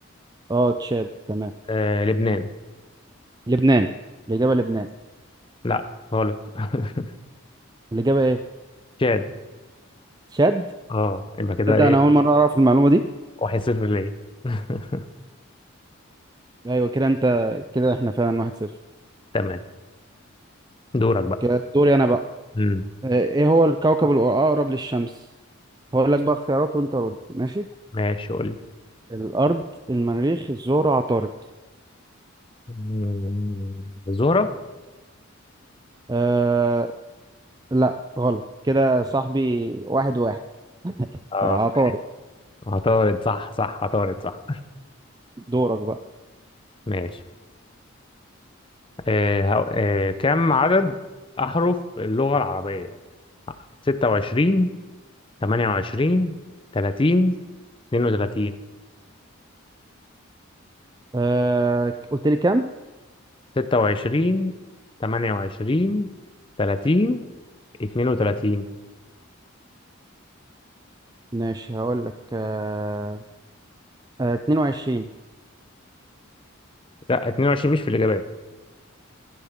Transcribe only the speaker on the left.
آه، لبنان
لا غلط <laughs>
تشاد
اه يبقى كده
ايه
واحد صفر ليه <laughs>
تمام دورك بقى
امم
ماشي قول لي
مم، زهرة
اه
ماشي. عطارد صح صح عطارد صح
ماشي آه هو... آه كم عدد أحرف اللغة العربية 26 28 30 32
26 28 30 32
لا 22 مش في الإجابات